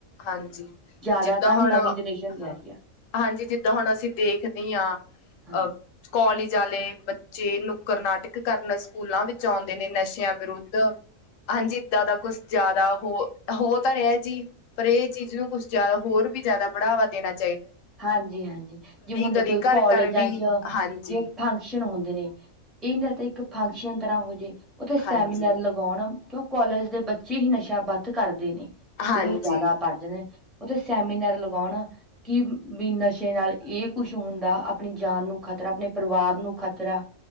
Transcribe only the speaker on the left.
ਹਾਂਜੀ
ਜਿੱਦਾਂ ਹੁਣ
ਹਾਂ
ਹਾਂਜੀ ਜਿੱਦਾਂ ਹੁਣ ਅਸੀਂ ਦੇਖਦੇ ਹਾਂ।
ਅ ਕੋਲਜ ਵਾਲੇ ਬੱਚੇ ਨੁੱਕੜ ਨਾਟਕ ਕਰਨ ਸਕੂਲਾਂ ਵਿੱਚ ਆਉਂਦੇ ਨੇ। ਨਸ਼ਿਆਂ ਵਿਰੁੱਧ, ਹਾਂਜੀ ਏਦਾਂ ਦਾ ਕੁਛ ਜ਼ਿਆਦਾ ਹੋ ਹੋ ਤਾਂ ਰਿਹਾ ਜੀ। ਪਰ ਇਹ ਚੀਜ਼ ਨੂੰ ਕੁਛ ਜ਼ਿਆਦਾ ਹੋਰ ਵੀ ਜ਼ਿਆਦਾ ਬੜਾਵਾ ਦੇਣਾਦਾ
ਗਲੀ ਘਰ
ਘਰ ਵੀ
ਹਾਂਜੀ
ਹਾਂਜੀ
ਹਾਂਜੀ